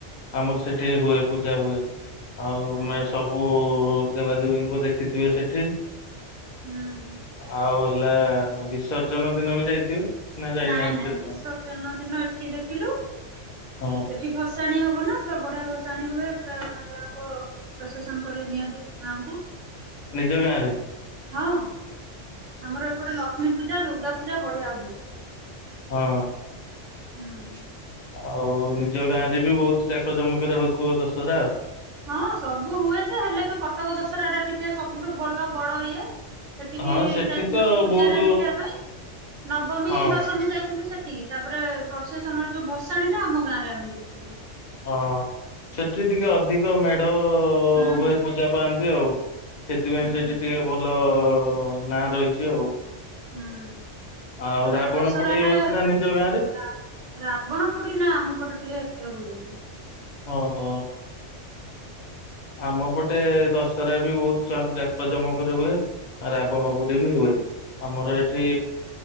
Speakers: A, on the left; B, on the right.
A: ଆମର ସେଠି ହୁଏ ପୂଜା ହୁଏ। ଆଉ
B: ହୁଁ
A: ମେ ସବୁ ଦେବାଦେବୀଙ୍କୁ ଦେଖିଥିବେ ସେଠି?
B: ହୁଁ
A: ଆଉ ହେଲା ବିସର୍ଜନ ଦିନ ବି ଯାଇଥିବେ? ନା ଯାଇନାହାନ୍ତି
B: ନାଇଁ ନାଇଁ
A: ସେଦିନ?
B: ବିସର୍ଜନ ଦିନ ଏତେ ଏଠି ଦେଖିଲୁ
A: ହଁ
B: ଏଠି ଭସାଣି ହବ ନା ପୁରା ବଢିଆ ଭସାଣି ହୁଏ ପୁରା ଗାଁ ଟା ଯାକ ପ୍ରସେସନ କରି ନିଅନ୍ତି ଗାଁକୁ।
A: ନିଜ ଗାଁ ରେ?
B: ହଁ ଆମର ଏପଟେ ଲ ଲକ୍ଷ୍ମୀ ପୂଜା ଦୁର୍ଗା ପୂଜା ବଢିଆ ହୁଏ।
A: ହଁ
B: ହୁଁ
A: ଆଉ ନିଜ ଗାଁ ରେ ବି ବହୁତ ଜାକ ଜମକରେ ହଉଥିବ ଦଶହରା।
B: ହଁ ସବୁ ହୁଏ ଯେ ହେଲେ ବି କଟକ ଦଶହରା ଟା ଟିକେ ସବୁଠୁ ଭଲ ବଡ ଇଏ। ସେଠିକି
A: ହଁ ସେଠି
B: ଯାଇଥିଲୁ
A: ତ
B: ପୂଜାରେ
A: ବହୁତ
B: ଦେଖିବା ପାଇଁ ନବମୀ
A: ହଁ
B: ଦଶମୀ ଯାଇଥିଲୁ ସେଠି ଟି ତାପରେ ପ୍ରଶେସନର ଯୋଉ ଭସାଣି ଟା ଆମ ଗାଁରେ ଆମେ ଦେଖୁ।
A: ହଁ ସେଠି ଟିକେ ଧିକ ମେଢ଼ ତ
B: ହୁଁ
A: ହୁଏ
B: ହୁଁ
A: ପୂଜା ପାଆନ୍ତି ଆଉ। ସେଥିପାଇଁ
B: ହୁଁ
A: ସେଇଠି ଟିକେ ଭଲ ଅ ନାଁ ରହିଚି ଆଉ
B: ହୁଁ
A: ଆଉ
B: ଆମର
A: ରାବଣ
B: ଦଶରାରେ
A: ପୋଡି ହଉଛି ନା ନିଜ ଗାଁ ରେ?
B: ରା ରାବଣ ପୋଡି ନା ଆମ ପଟେ ଟିକେ ହେତେ ହୁଏନି।
A: ଅ ହ ଆମ ପଟେ ଦଶହରା ବି ବହୁତ ଜାକ ଜମକରେ ହୁଏ ଆଉ ରାବଣ ପୁରୀ ବି ହୁଏ ଆମର ଏଠି